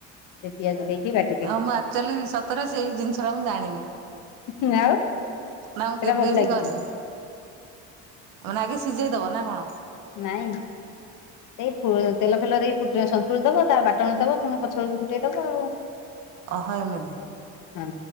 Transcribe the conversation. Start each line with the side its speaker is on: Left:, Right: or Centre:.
Left: ସେ ପିଆଜ ଦେଇକି ବାଟ୍ -
Right: ହଁ, ମୁଁ ଆକ୍ଚୁଆଲି ସତରେ ସେଇ ଜିନିଷଟା ମୁଁ ଜାଣିନି।
Left: ହୁଁ, ଆଉ।
Right: ନା ମୁଁ
Left: ସେଟା
Right: କେବେ
Left: ଭଲ ଲାଗିବ
Right: ବି କରିନି? ମାନେ ଆଗେ ସିଝେଇ ଦବ ନା କଣ?
Left: ନାଇଁ। ଏଇ ଫୁ ତେଲ ଫେଲ ଦେଇ ସନ୍ତୁଳି ଦବ ତା ବାଟଣ ଦବ ପୁଣି ପଛଅଳକୁ ଫୁଟେଇ ଦବ ଆଉ।
Right: ଅହ ଏମିତି!
Left: ହଁ